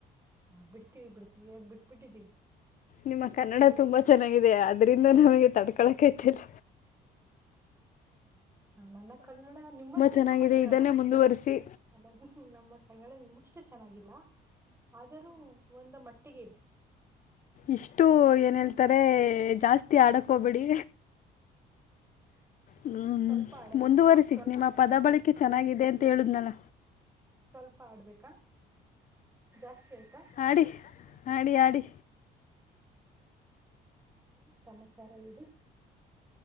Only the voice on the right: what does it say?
ಹಾ ಬಿಡ್ತೀವಿ ಬಿಡ್ತೀವಿ ಇವಾಗ ಬಿಟ್ಬಿಟ್ಟಿದ್ದೀವಿ
ಇವಾಗ
ಹ ನನ್ನ ಕನ್ನಡ ನಿಮ್ಮಷ್ಟು
ಚೆನ್ನಾಗಿರಲ
ಚಿನ್ ಅಲ್ಲ ನಿಮ್ಮ ನಮ್ಮ ಕನ್ನಡ ನಿಮ್ಮಷ್ಟು ಚೆನ್ನಾಗಿಲ್ಲ ಆದರೂ ಒಂದ ಮಟ್ಟಿಗೆ ಇದೆ
ಸ್ವಲ್ಪ ಆಡನೆ
ಸ್ವಲ್ಪ
ಸ್ವಲ್ಪ ಆಡ್ಬೇಕಾ, ಜಾಸ್ತಿ ಆಯತ
ಹ್ಮ ಸಮಾಚಾರ ಹೇಳಿ